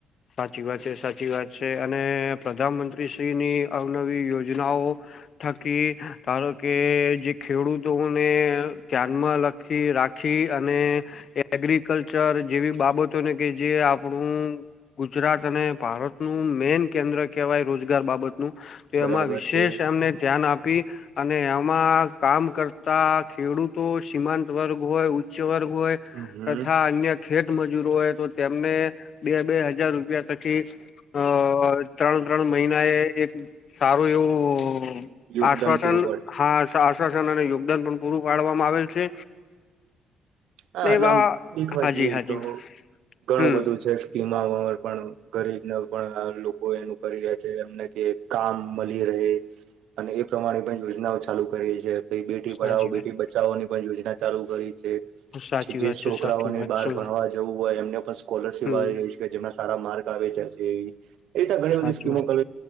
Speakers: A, on the left; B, on the right.
A: સાચી વાત છે. સાચી વાત છે. અને પ્રધાનમંત્રી શ્રીની અવનવી યોજનાઓ થકી ધારો કે જે ખેડૂતોને ધ્યાનમાં લગ આખી રાખી અને એગ્રીકલ્ચર જેવી બાબતોને કે જે આપણું ગુજરાત અને ભારતનું મેન કેન્દ્ર કહેવાય રોજગાર બાબત તો એમાં
B: બરાબર
A: વિશેષ
B: છે
A: એમને ધ્યાન આપી અને એમાં કામ કરતા ખેડૂતો સીમાંત વર્ગ હોય વર્ગ હોય
B: હમ
A: તથા અન્ય ખેતમજૂરી હોય તો તેમને બે બેજ હજાર રૂપિયા પછી અ ત્રણ ત્રણ મહિના એ એક સારું એવું
B: યોગદાન
A: આશ્વાસન
B: પૂરું પાડશે
A: હા આશ્વાસન અને યોગદાન પણ પૂરું પાડવામાં આવેલ છે
B: હા
A: ને
B: એટલે
A: એવા
B: આમ દેખવા
A: હાજી
B: જઈએ
A: હાજી
B: તો ઘણું
A: હમ
B: બધું છે સ્કીમાર પણ ગરીબ ના પણ લોકો એનું કરી રહે છે એમ કે કામ મળી રહે અને એ પ્રમાણે પણ યોજનાઓ ચાલુ કરી છે કઈ બેટી
A: સાચી
B: પઢાવો બેટી
A: વાત
B: બચાવોની પણ યોજના ચાલુ કરી છે પછી
A: સાચી
B: જે
A: વાત
B: છોકરાઓને
A: છે સાચી વાત
B: બહાર
A: છે
B: ભણવા જવું હોય એમને પણ સ્કોલરશીપ
A: હમ
B: આવી રહી છે જે સારા માર્ગ આવે છે એ રી ઘણી
A: સાચી
B: બધી સ્કીમો
A: વાત
B: કર